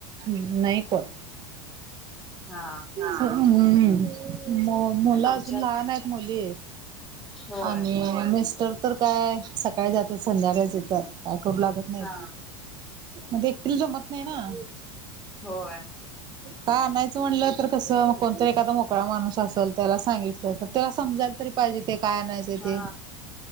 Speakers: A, on the right; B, in the centre.
A: नाही कोण,
B: हा,
A: हम् मुल अजून
B: आमच्यात
A: लहान आहेत, मुली आहे
B: होय
A: आणि मिस्टर तर काय, सकाळी जातात, संध्याकाळी येतात. काय करू लागत नाही,
B: हा
A: मग ते एकटिल जमत नाही ना,
B: होय,
A: का नाही, च म्हट तर कस, कोणतरी एखादा मोकळा माणूस असेल, त्याला सांगितलं तर त्याला समजा तरी पाहिजे ते, काय आणायचं
B: हा
A: ते,